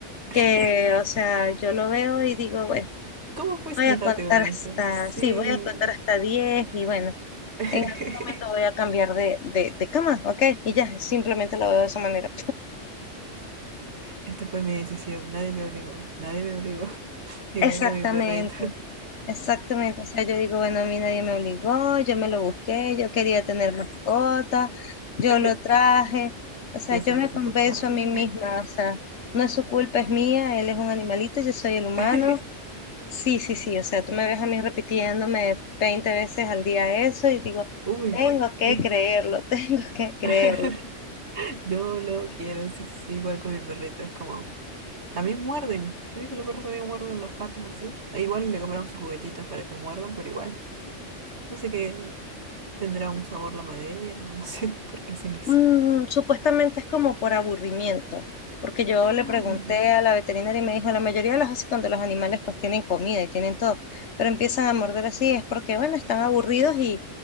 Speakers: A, on the right; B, on the left.
A: <laughs>
B: que, o sea, yo lo veo y digo, bueno,
A: ¿Cómo puedes
B: voy
A: enojarte
B: a contar
A: con eso?
B: hasta,
A: Sí.
B: sí, voy a contar hasta 10 y bueno,
A: <laughs>
B: en algún momento voy a cambiar de, de, de cama, ¿ok? Y ya, simplemente lo veo de esa manera.
A: Esta fue mi decisión. Nadie me obligó. Nadie me obligó. <laughs> Igual
B: Exactamente,
A: con mi perrito.
B: Exactamente, o sea, yo digo, bueno, a mí nadie me obligó, yo me lo busqué, yo quería tener mascota, yo
A: <laughs>
B: lo traje, o sea,
A: Yo
B: yo
A: soy
B: me
A: la responsable.
B: convenzo a mí misma, o sea, no es su culpa, es mía, él es un animalito, yo soy el humano,
A: <laughs>
B: sí, sí, sí, o sea, tú me ves a mí repitiéndome 20 veces al día eso y digo,
A: Uy,
B: tengo que
A: no.
B: creerlo, <laughs> tengo que creerlo.
A: <laughs> Yo lo quiero. Sí, sí, sí. Igual con mi perrito. Es como. También muerden. ¿Sabes que los perros también muerden las patas así? E Igual le compramos sus juguetitos para que muerdan, pero igual. No sé qué tendrá un sabor la madera o no sé <laughs> por qué hacen eso.
B: Mm, supuestamente es como por aburrimiento, porque yo
A: Ah,
B: le pregunté
A: mira.
B: a la veterinaria y me dijo, la mayoría de las veces cuando los animales pues tienen comida y tienen todo, pero empiezan a morder así, es porque bueno, están aburridos y,